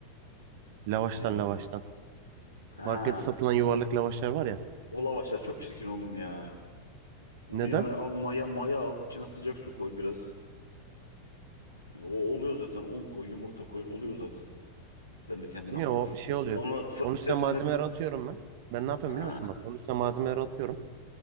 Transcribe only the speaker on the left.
Neyden?
Ha,
o lavaşlar çok çirkin oğlum ya. Onu
yerine al maya maya al. İçine sıcak su koy biraz. O oluyor zaten. Un koy, yumurta koy. Oluyor zaten. Kendi kendine
hamur.
Sonra Onu fırın
tepsine
diz.
Ha.